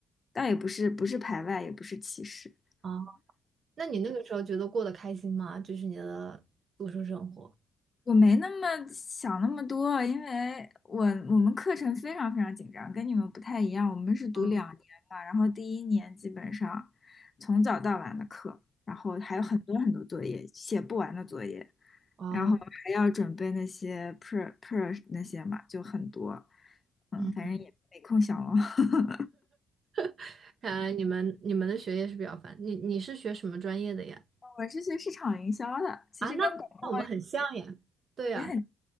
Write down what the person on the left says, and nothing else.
倒也不是不是排外，也不是歧视。
我没那么想那么多，因为我我们课程非常非常紧张，跟你们不太一样。我们是读两年嘛，
然后第一年基本上从早到晚的课，然后还有很多很多作业，写不完的作业，
然后还要准备那些 per per 那些嘛，就很多。嗯，
反正也没空想了。<laughs>
我是学市场营销的，其实跟广告
也很，